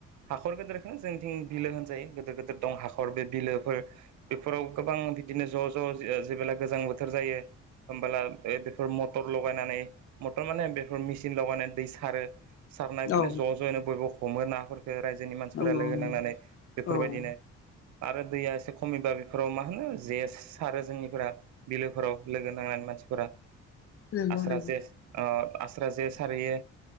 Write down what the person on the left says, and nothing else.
औ
नंगौ
नंगौ औ
नंगौ
नंगौ